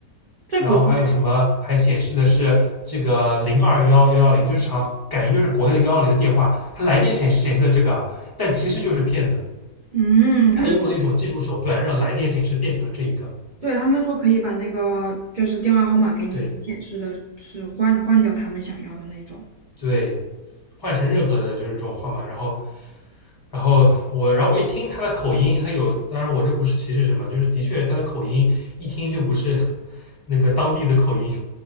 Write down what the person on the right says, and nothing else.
在国内，
嗯，
他们说对他们说可以把那个就是电话号码给你显示的是换换掉他们想要的那种。